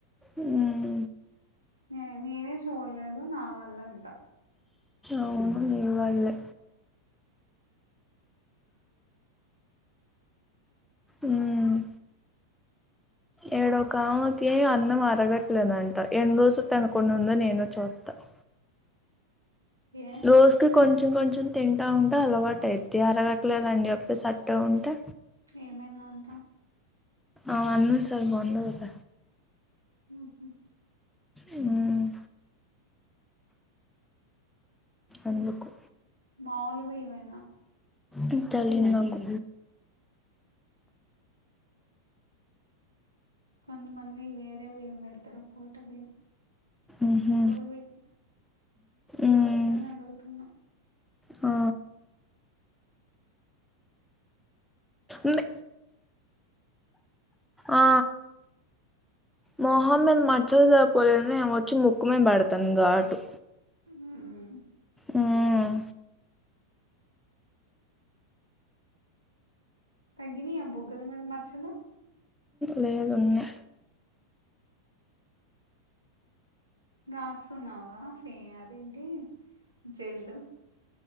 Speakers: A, in the centre; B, on the right (about 85°).
A: ఉమ్మ్
B: నే నేనే చూడలేదు నా వల్ల అంట
A: అవును నీ వల్లే ఉమ్మ్ ఇడ ఒక ఆమెకి అన్నం అరగట్లేదంట ఎన్ని రోజులు తినకుండా ఉందో నేను చూత్తను
B: ఏ
A: రోజుకి కొంచెం కొంచెం తింటా ఉంటే అలవాటైద్ది అది అరగట్లేదని చెప్పి అట్టే ఉంటే
B: ఏమైందంటా
A: ఆమె అన్నలు సరిగ్గ ఉండరట
B: హ్మ్ హు
A: ఉమ్మ్ అందుకు
B: మాముూలు బియ్యమే
A: ఇన్ తెలీదు నాకు
B: కొంతమంది వేర్ రేపు ఏం పెడతారో కోట బియ్యం
A: మ్హూ
B: కంట్రోల్ బియ్యం
A: మ్మ్
B: అందుకని అడుగుతున్నా
A: ఆ మీ ఆ మొహమ్మీద మచ్చలు సరిపోలేదనీ వచ్చి ముక్కుమీద పెడతాంది ఘాటు
B: మ్మ్.
A: మ్మ్
B: తగ్గినయా బుగ్గల మీద మచ్చలు
A: లేదున్నే
B: రాస్తున్నావా ఫే అదేంటి జల్లు